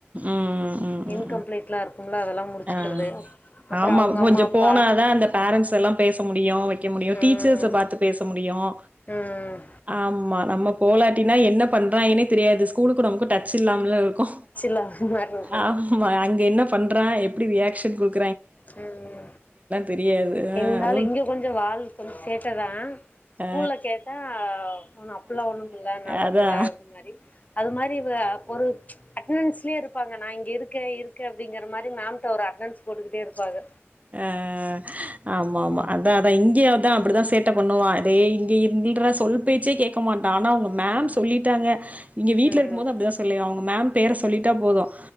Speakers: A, on the right; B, on the left.
A: உம் உம்
B: இன்கம்ப்ளீட்லா
A: உம்
B: இருக்கும்ல அதெல்லா முடிச்சுக்கிறது
A: ஆஹ்
B: அப்புற
A: ஆமா
B: அவங்க
A: கொஞ்சம்
B: அம்மா அப்பா
A: போனாதான் அந்த பேரண்டட்ஸ் எல்லாம் பேச முடியும் வைக்க முடியும்
B: ம்
A: டீச்சர்ஸ பார்த்து பேச முடியும்
B: ம்
A: ஆமா நம்ம போலாட்டினா என்ன பண்றாய எனே தெரியாது கூடுக்குறவக்கு டச் இல்லாமல இருக்கு
B: லா மாரி இருக்கு
A: ஆமா அங்க என்ன பண்றன் எப்படி ரியாக்ஷன் கொடுக்
B: உம்
A: தெரியாது ஆ
B: எங்களால
A: அதுவு
B: இங்க கொஞ்சம் வாழ் கொஞ்ச சேட்டதான் ஸ்கூல்ல
A: ஆ
B: கேட்டா அப்பல்லாம் ஒண்ணும் பிள்ள நல்ல
A: அதா
B: பிள்ள அப்படனு மாரி அது மாரி அ ஒரு அட்டன்ஸ்ல இருப்பாங்க நா இங்க இருக்க இருக்க அப்படிங்கிற மாரி மேம்ட ஒரு அட்டான்ஸ் போட்டுக்கட்டு இருபங்க
A: ஆஹ் ஆமா ஆமா அதா அதா இங்க தான் அப்படிதான் சேட்ட பண்ணுவா அதே இங்க இருறா சொல் பேச்சே கேட்க மாட்டான் ஆனா அவங்க மேம் சொல்லிட்டாங்க இங்க வீட்ல
B: ம்
A: இருக்கும் போது அப்படிதா சொல்லி ஆகனும் அவங்கமேம் பேர சொல்லிட் டா போதும்